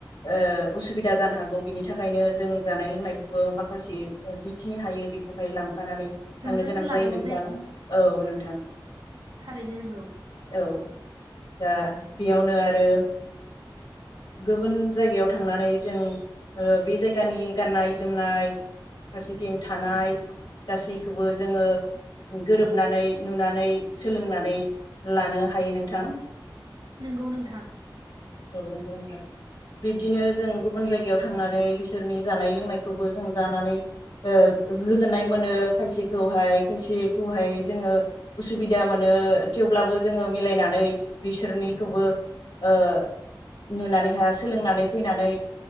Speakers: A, on the left; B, on the right.
A: ओ उस बिदा जानो हागौ बिनि थाख खायनो जों जानाय लोंनायखौबो माखासे ओ जिखिनि हायो बेखौहाय लां फानानै
B: जों
A: थांनो
B: जोथोन
A: गोनां
B: लानांगौ
A: जायो नोंथां औ नोंथां
B: थारैनो नंगौ
A: औ दा बेयावनो आरो गुबुन जायगायाव थांनानैस जों ओ बे जायगानि गाननाय जोमनाय फारसेथिं थानाय गासैखौबो जोङो गोरोबनानै नुनानै सोलोंनानै लानो हायो नोंथां।
B: नोंगौ नोंथां।
A: औ नंगौ नोंथां बिब्दिनो जों गुब बुन जायगायाव थांनानै बिसोरनि जानाय लोंनायखौबो जों जानानै ओ गोजोननाय मोनो खायसेखौहाय खायसेखौहाय जोङो उसुबिदा मोनो थेवब्लाबो जोङो मिलायनानै बिसोरनिखौबो ओ नुनानैहा सोलोंनानै फैनानै